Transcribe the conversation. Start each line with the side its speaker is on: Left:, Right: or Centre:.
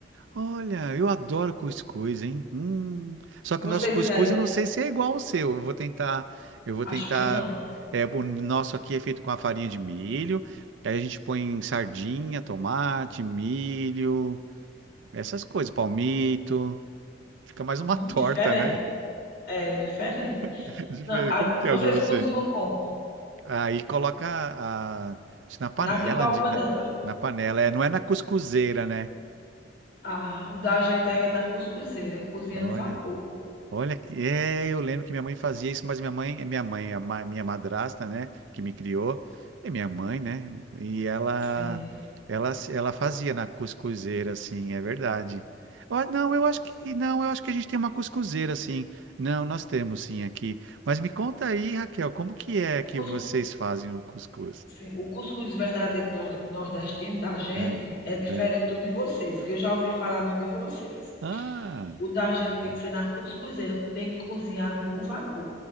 Right: Olha, eu adoro cuscuz, hein? Hum. Só que
Left: Vocês
Right: o nosso cuscuz
Left: aí,
Right: eu não sei se é igual ao seu. Eu vou tentar, eu vou
Left: acho
Right: tentar.
Left: que não.
Right: É, o nosso aqui é feito com a farinha de milho. Aí a gente põe sardinha, tomate, milho, essas coisas, palmito. Fica mais uma
Left: Hum,
Right: torta,
Left: diferente.
Right: né?
Left: É diferente.
Right: <laughs> Diferente.
Left: Não, a
Right: Como que
Left: vocês
Right: é o de vocês?
Left: cozinham como?
Right: Aí coloca a, na panela,
Left: Na em qual
Right: de,
Left: panela?
Right: na, na panela. É, não é na cuscuzeira, né?
Left: Ah, o da gente era na cuscuzeira, cozinha
Right: Olha.
Left: no vapor.
Right: Olha, que- é, eu lembro que minha mãe fazia isso, mas minha mãe, minha mãe, a ma- minha madrasta, né, que me criou, é minha mãe, né? E ela,
Left: Sim.
Right: ela, ela fazia na cuscuzeira, assim, é verdade. Ó, não, eu acho que não, eu acho que a gente tem uma cuscuzeira, assim. Não, nós temos sim aqui. Mas me conta aí, Raquel, como que é
Left: O
Right: que
Left: cus
Right: vocês fazem o cuscuz?
Left: sim, o cuscuz verdadeiro nor nordestino da gente
Right: É,
Left: é diferente
Right: é.
Left: do de vocês, que eu já ouvi falar no de vocês.
Right: Ah,
Left: O da gente
Right: tá
Left: tem
Right: bom,
Left: que ser na cuscuzeira, tem que cozinhar no vapor.